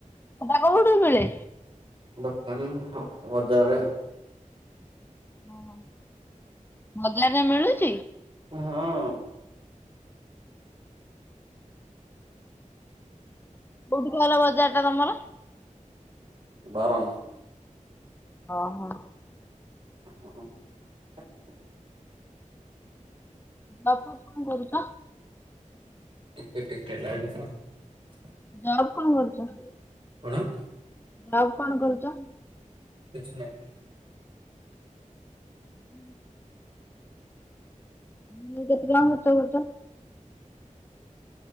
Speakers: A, on the left (about 15°); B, on the right (about 40°).
A: ହେଟା କଉଠୁ ମିଳେ?
B: ଦୋକାନ ବଜାର
A: ଓ ବଜାରରେ ମିଳୁଛି।
B: ହଁ
A: କୋଉଠି କହିଲ ବଜାର ଟା ତମର?
B: ବାରଙ୍ଗ।
A: ଅ ହ।
B: <unintelligible>
A: ବାପୁ କଣ କରୁଛ?
B: ଟିକେ ଟିକେ ଲାଇନି ରେ ଥା
A: ଜବ୍ କଣ କରୁଚ?
B: କଣ?
A: ଜବ୍ କଣ କରୁଛ?
B: କିଛି ନାହିଁ।
A: <inaudible> ଦିନକୁ କେତେ ଟଙ୍କା ଖରଚ କରୁଚ?